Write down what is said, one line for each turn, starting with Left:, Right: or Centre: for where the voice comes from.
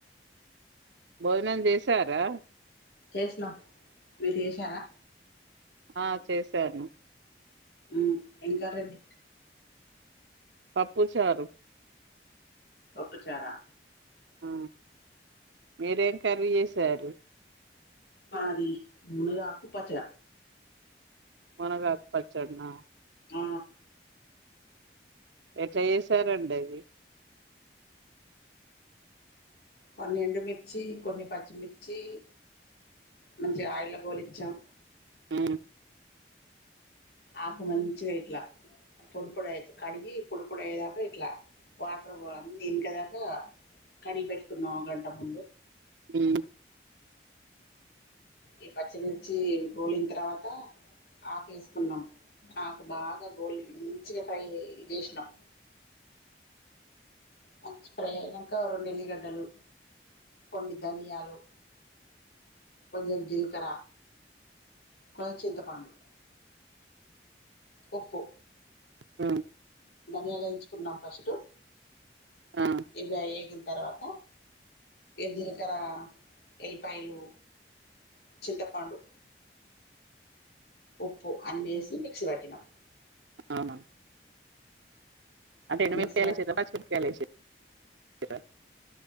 Right: భోజనం చేసారా
Left: చేసినాం మీరు చేసారా
Right: ఆ చేశారూ
Left: ఆ ఇంకండి
Right: పప్పుచారు
Left: ఒప్పుచారా
Right: ఆ మీరేం కరీ చేసారు
Left: మాది మూనుగాకు పచ్చడ
Right: మన గాకు పచ్చడనా
Left: ఆ
Right: ఎట్లా చేసారండి అది
Left: కొన్ని ఎండుమిర్చి కొన్ని పచ్చిమిర్చి మంచిగ ఆయిలో గోలిచ్చాం
Right: ఊ
Left: ఆకు మంచిగా ఇట్లా పొడి పొడి ఐతే కడిగి పొడి పొడయ్యేదాకా ఇట్లా వాటర్ అన్నీ ఇనుకదాకా కడిగి పెట్టుకున్నాం ఒక గంట ముందు
Right: ఊ
Left: ఈ పచ్చిమిర్చి గోలిన తర్వాత ఆకు ఏసుకున్నాం ఆకు బాగా గోలి మంచిగా ఫ్రై చేసినం మంచి ఫ్రై అయినాక రెండు ఎల్లిగడ్డలు కొన్ని ధనియాలు కొంచెం జీలకర్ర కొంచెం చింతపండు ఉప్పు
Right: ఊ
Left: ధనియాలేయించుకున్నాం ఫస్ట్
Right: ఆ
Left: ఇవ ఏగిం తర్వాత జీలకర్ర ఎల్లిపాయలు చింతపండు ఉప్పు అన్ని వేసి మిక్సీ పట్టినాం
Right: అవునా అంటే ఎండుమిరపకాయ
Left: మిక్సీ పట్టి
Right: లేసి తర్వాత పచ్చిమిరపకాయ లేేసి <unintelligible>